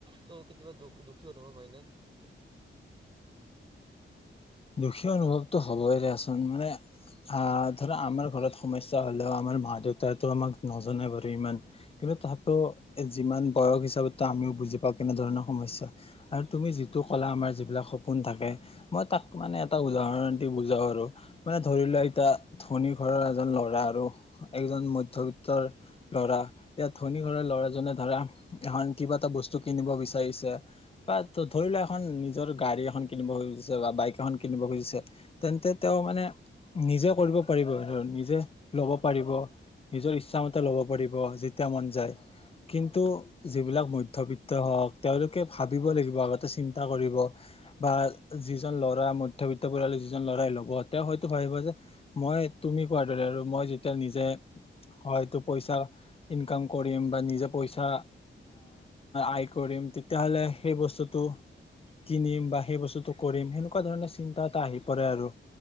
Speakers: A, on the right; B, on the left.
A: তো কেতিয়াবা দুখ- দুখ, কি অনুভব হয়নে?
B: দুখীয়া অনুভৱতটো হ'বই দিয়াচোন, মানে আহ, ধৰা আমাৰ ঘৰত সমস্যা হ'লেও আমাৰ মা দেউতাইটো আমাক নজনাই বাৰু ইমান, কিন্তু তথাপিও যিমান বয়স হিচাপেতো আমিও বুজি পাওঁ, কেনেধৰণৰ সমস্যা আৰু তুমি যিটো কলা আমাৰ যিবিলাক সপোন থাকে মই তাক, টো, মানে এটা উদাহৰণ দি বুজাও আৰু মানে, - ধৰি লোৱা এতিয়া ধনী ঘৰৰ এজন ল'ৰা আৰু একজন মধ্যবিত্তৰ ল'ৰা এয়া ধনী ঘৰৰ ল'ৰাজনে ধৰা এখন কিবা এটা বস্তু কিনিব বিচাৰিছে বা ধৰি লোৱা এখন নিজৰ গাড়ী এখন কিনিব খুজিছে বা বাইক, খন কিনিব খুজিছে তেন্তে তেওঁ মানে নিজে কৰিব পাৰিব নিজে ল'ব পাৰিব নিজৰ ইচ্ছা মতে ল'ব পাৰিব, যেতিয়া মন যায়। কিন্তু যিবিলাক মধ্যবিত্ত হওঁক তেওঁলোকে ভাবিব লাগিব আগতে চিন্তা কৰিব বা যিজন লৰা, ধৰা মধ্যবিত্ত পৰিয়াল যিজন ল'ৰাই ল'ব, তেওঁ হয়তো ভাবিব যে, মই তুমি কোৱাৰ দৰে আৰু মই যেতিয়া নিজে হয়তো পইচা ইনকাম কৰিম, বা নিজে পইচা আয় কৰিম, তেতিয়াহলে সেই বস্তুটো কিনিম বা সেই বস্তুতটো কৰিম সেনে, তেনেকুৱা ধৰণৰ চিন্তা এটা আহি পৰে আৰু